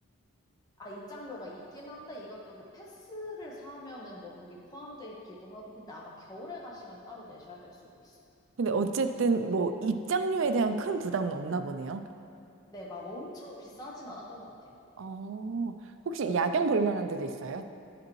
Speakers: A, on the left; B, on the right.
A: 아 입장료가 있긴 한데 이것도 그 패스를 사면은 뭐 거기 포함돼 있기도 하고 근데 아마 겨울에 가시면 따로 내셔야 될 수도 있어요.
B: 근데 어쨌든 뭐 입장료에 대한 큰 부담은 없나 보네요.
A: 네, 막 엄청 비싸진 않았던 것 같아요.
B: 어, 혹시 야경 볼 만한 데도 있어요?